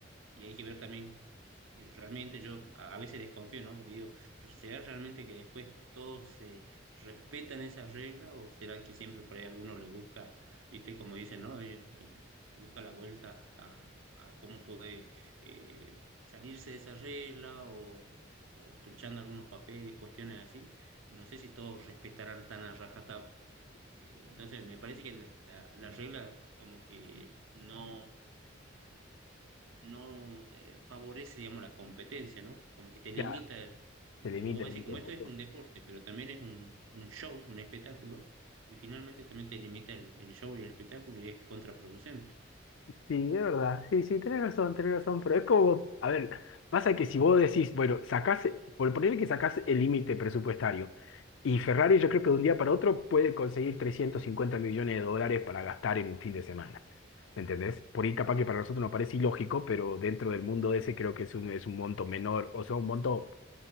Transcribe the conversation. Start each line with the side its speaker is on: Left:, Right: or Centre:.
Right: y hay que ver también, y realmente yo a a veces desconfío, ¿no? Porque digo, ¿será realmente que después todos se respetan esas reglas o será que siempre por ahí alguno le busca, viste, como dicen, ¿no? Ellos- busca la vuelta a, a cómo puede eh, salirse de esa regla o, o truchando algunos papeles, cuestiones así. No sé si todos respetarán tan a rajatabla. Eh, entonces, me parece que la, la- la regla como que no, no eh, favorece, digamos, la competencia, ¿no? Como que te limita.
Left: Ya,
Right: Y
Left: se
Right: como
Left: limita
Right: vos
Left: el
Right: decís, como
Left: punto.
Right: esto es un deporte, pero también es un, un show, un espectáculo, y finalmente también te limita el, el show y el espectáculo y es contraproducente.
Left: Sí, de verdad. Sí, sí, tenés razón, tenés razón. Pero es como, a ver, pasa que si vos decís, bueno, sacás, por ponerle que sacás el límite presupuestario, y Ferrari yo creo que de un día para otro puede conseguir 350 millones de dólares para gastar en un fin de semana. ¿Me entendés? Por ahí capaz que para nosotros nos parece ilógico, pero dentro del mundo ese creo que es un, es un monto menor, o sea, un monto